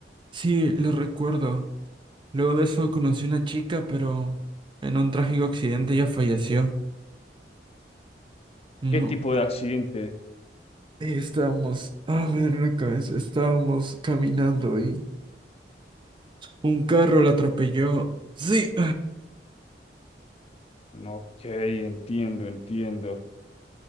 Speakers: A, on the right (about 30°); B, on the left (about 35°).
A: sí, lo recuerdo. Luego de eso conocí una chica, pero en un trágico accidente ella falleció. No.
B: ¿Qué tipo de accidente?
A: Ahí estábamos. A ver la cabeza. Estábamos caminando y un carro la atropelló. Sí.
B: Ok, entiendo, entiendo.